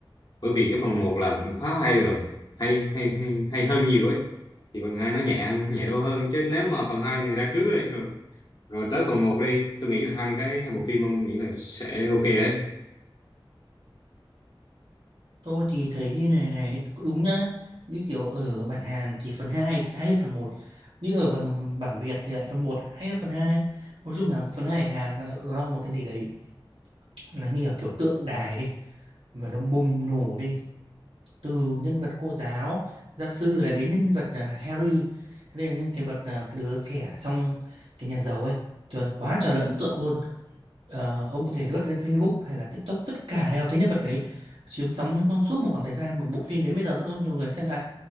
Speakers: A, on the left (about 50°); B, on the right (about 80°).
A: bởi vì cái phần một là cũng khá hay rồi hay hay hay, hay hơn nhiều ấy thì phần 2 nó nhẹ hơn nhẹ đô hơn chứ nếu mà phần 2 này ra trước ấy, rồi rồi tới phần một đi tôi nghĩ là hai cái hai bộ phim ông nghĩ là sẽ ok ấy
B: tôi thì thấy như này này cũng đúng nhá như kiểu ở bản Hàn thì phần 2 sẽ hay hơn phần một nhưng ở phần bản Việt thì lại phần một hay hơn phần hai nói chung là phần 2 Hàn là- nó là một cái gì đấy nó như là kiểu tượng đài đi và nó bùng nổ đi từ nhân vật cô giáo gia sư lại đến nhân vật à, Harry Harry là nhân cái vật à, cái đứa trẻ trong cái nhà giàu ấy trời quá trời là ấn tượng luôn Ờ, ông có thể lướt lên Facebook hay là TikTok tất cả đều thấy nhân vật đấy chiếm sóng trong suốt một khoảng thời gian mà bộ phim đến bây giờ vẫn có nhiều người xem lại